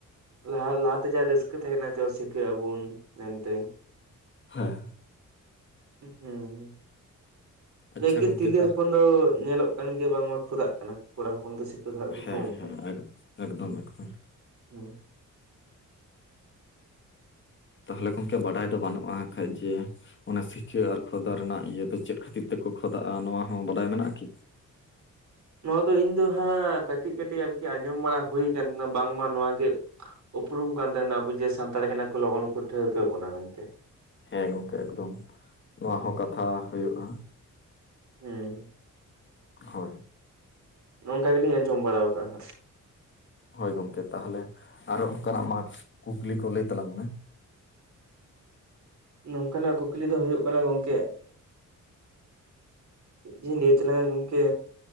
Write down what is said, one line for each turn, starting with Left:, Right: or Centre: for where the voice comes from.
Right: ᱞᱟᱦᱟ ᱞᱟᱦᱟᱛᱮ ᱡᱟ ᱨᱟᱹᱥᱠᱟᱹ ᱛᱟᱦᱮᱸ ᱠᱟᱱᱟ ᱡᱟ ᱥᱤᱠᱷᱟᱹᱜ ᱟᱵᱚᱱ ᱢᱮᱱᱛᱮ᱾
Left: ᱦᱮᱸ
Right: ᱦᱮᱸ
Left: ᱟᱪᱪᱷᱟ
Right: ᱡᱟᱜᱮ
Left: ᱜᱚᱝᱠᱮ
Right: ᱛᱤᱨᱞᱟᱹ
Left: ᱛᱟ
Right: ᱦᱚᱯᱚᱱ ᱫᱚ ᱧᱮᱞᱚᱜ ᱠᱟᱱ ᱜᱮᱭᱟ ᱵᱟᱝ ᱢᱟ ᱠᱷᱚᱫᱟᱜ ᱠᱟᱱᱟ ᱠᱚᱲᱟ ᱦᱚᱯᱚᱱ ᱜᱮ ᱫᱚ ᱦᱟᱸᱜ ᱠᱚ
Left: ᱦᱮᱸ
Right: ᱠᱚᱢ ᱟᱠᱟᱫᱟ
Left: ᱦᱮᱸ ᱮᱠ ᱮᱠᱫᱚᱢ ᱮᱠᱫᱚᱢ
Right: ᱦᱩᱸ <inaudible>
Left: ᱛᱟᱦᱚᱞᱮ ᱜᱚᱢᱠᱮ ᱵᱟᱰᱟᱭ ᱫᱚ ᱵᱟᱹᱱᱩᱜᱼᱟ, ᱟᱠᱷᱟᱡ ᱡᱮ ᱚᱱᱟ ᱥᱤᱠᱟᱹ ᱟᱨ ᱠᱷᱚᱫᱟ ᱨᱮᱱᱟᱜ ᱤᱭᱟᱹ ᱫᱚ ᱪᱮᱫ ᱠᱷᱟᱹᱛᱤᱨ ᱛᱮᱠᱚ ᱠᱷᱚᱫᱟᱜᱼᱟ, ᱱᱚᱣᱟ ᱦᱚᱸ ᱵᱟᱰᱟᱭ ᱢᱮᱱᱟᱜᱼᱟ ᱠᱤ?
Right: ᱱᱚᱣᱟ ᱫᱚ ᱤᱧ ᱫᱚ ᱦᱟᱸᱜ ᱠᱟᱹᱴᱤᱡ ᱠᱟᱹᱴᱤᱡ ᱟᱨᱠᱤ ᱟᱸᱡᱚᱢ ᱵᱟᱲᱟ ᱦᱩᱭ ᱟᱠᱟᱱ ᱛᱟᱦᱮᱸᱱᱟ ᱵᱟᱝ ᱢᱟ ᱱᱚᱣᱟ ᱜᱮ ᱩᱯᱨᱩᱢ ᱠᱟᱱ ᱛᱟᱦᱮᱸᱱᱟ᱾ ᱟᱵᱚ ᱡᱮ ᱥᱟᱱᱛᱟᱲ ᱠᱟᱱᱟ ᱠᱚ ᱞᱚᱜᱚᱱ ᱠᱚ ᱴᱷᱟᱹᱣᱠᱟᱹ ᱵᱚᱠᱟᱱᱟ ᱢᱮᱱᱛᱮ᱾
Left: ᱦᱮᱸ ᱜᱚᱢᱠᱮ ᱮᱠᱫᱚᱢ ᱱᱚᱣᱟ ᱦᱚᱸ ᱠᱟᱛᱷᱟ ᱦᱩᱭᱩᱜᱼᱟ᱾
Right: ᱦᱮᱸ
Left: ᱦᱳᱭ
Right: ᱱᱚᱝᱠᱟ ᱜᱮᱞᱤᱧ ᱟᱸᱡᱚᱢ ᱵᱟᱲᱟ ᱟᱠᱟᱫᱼᱟ ᱦᱟᱸᱜ᱾
Left: ᱦᱳᱭ ᱜᱚᱢᱠᱮ ᱛᱟᱦᱚᱞᱮ ᱟᱨᱚ ᱚᱱᱠᱟᱱᱟᱜ ᱢᱟᱜᱽ ᱠᱩᱠᱞᱤ ᱠᱚ ᱞᱟᱹᱭ ᱛᱟᱞᱟᱝ ᱢᱮ᱾
Right: ᱱᱚᱝᱠᱟ ᱱᱟᱜ ᱠᱩᱠᱞᱤ ᱫᱚ ᱦᱩᱭᱩᱜ ᱠᱟᱱᱟ ᱜᱚᱢᱠᱮ᱾ ᱪᱮᱫ ᱡᱮ ᱞᱟᱹᱭ ᱛᱟᱞᱟᱝ ᱜᱚᱢᱠᱮ᱾